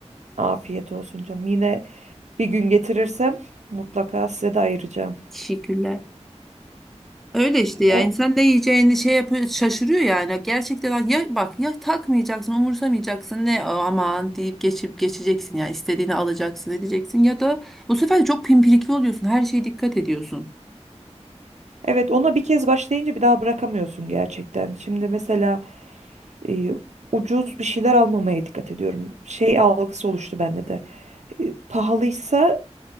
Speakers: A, on the right; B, in the centre.
A: Afiyet olsun canım. Yine bir gün getirirsem mutlaka size de ayıracağım.
B: Teşekkürler. Öyle işte ya
A: O,
B: insan ne yiyeceğini şey yapıyor şaşırıyor yani. Gerçekten ya bak ya takmayacaksın, umursamayacaksın ne aman deyip geçip geçeceksin ya istediğini alacaksın edeceksin ya da bu sefer çok pimpirikli oluyorsun. Her şeye dikkat ediyorsun.
A: evet ona bir kez başlayınca bir daha bırakamıyorsun gerçekten. Şimdi mesela e, ucuz bir şeyler almamaya dikkat ediyorum. Şey algısı oluştu bende de. E, pahalıysa